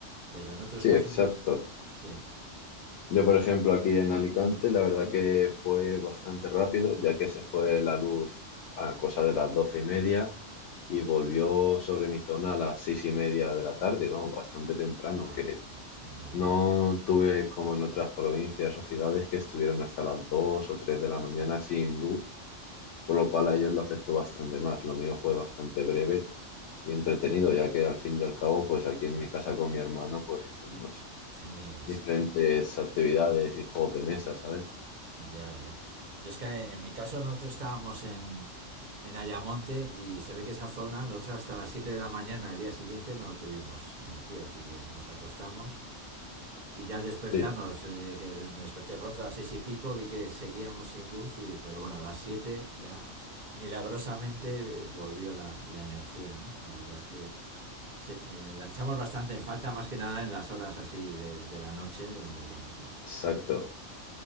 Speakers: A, on the right; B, on the left.
A: pero en otros
B: sí,
A: casos
B: exacto.
A: los... Sí.
B: Yo, por ejemplo, aquí en Alicante, la verdad que fue bastante rápido, ya que se fue la luz a cosa de las doce y media y volvió sobre mi zona a las seis y media de la tarde, vamos, bastante temprano,
A: Ah,
B: que
A: muy
B: no
A: bien.
B: tuve como en otras provincias o ciudades que estuvieron hasta las dos o tres de la mañana sin luz, por lo cual a ellos le afectó bastante más. Lo mío fue bastante breve y entretenido, ya que al fin y al cabo, pues aquí en mi casa con mi hermano, pues hicimos
A: Teníais.
B: diferentes actividades y juegos de mesa, ¿sabes?
A: Ya, ya. Yo es que eh, en mi caso nosotros estábamos en, en Ayamonte y se ve que esa zona, nosotros hasta las 7 de la mañana el día siguiente no tuvimos energía, así que nos acostamos y ya al despertarnos,
B: Sí,
A: eh, que me desperté pronto a las 6 y pico, vi que seguíamos sin luz, y- pero bueno, a las 7 ya milagrosamente eh, volvió la, la energía, ¿no? La verdad es que se, eh, la echamos bastante en falta, más que nada en las horas así de, de la noche, donde, bueno, pues
B: exacto.